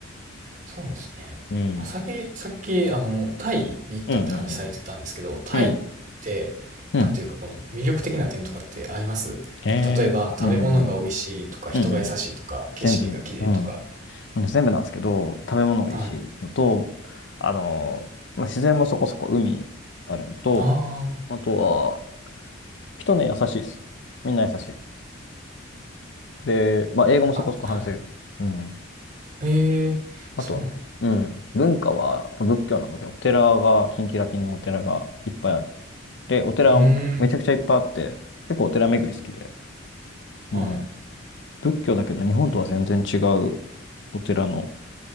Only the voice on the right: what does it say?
そうですね。
まあ、さっき、さっき、あの、タイに行ったって話されてたんですけど、
タイって、
なんていうか、この魅力的な点とかってありますなんか、
例えば、食べ物が美味しいとか、
人が優しいとか、
景色が綺麗とか。
はい。
あ
あ、あ、はい。
ええ、
そうなんだ。
うーん。
はい。